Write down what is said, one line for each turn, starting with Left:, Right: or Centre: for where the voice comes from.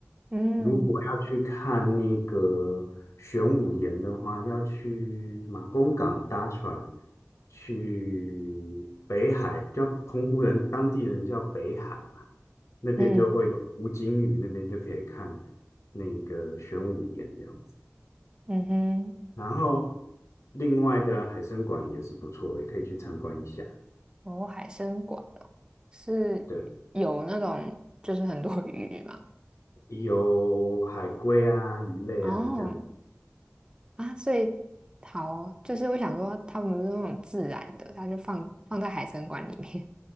Right: 嗯
Left: 如果要去看那个玄武岩的话，要去马公港搭船去北海，叫澎湖人当地人叫北海嘛，那边就会有湖金屿，
Right: 嗯
Left: 那边就可以看那个玄武岩这样子。
Right: 嗯哼，
Left: 然后另外的海参馆也是不错，也可以去参观一下。
Right: 哦，海参馆哦，是有那种就是很多
Left: 对，
Right: <laughs> 鱼嘛，
Left: 有海龟啊、鱼类啊这样子。
Right: 哦啊，所以好，就是我想说他们不是那种自然的，他就放放在海参馆里面，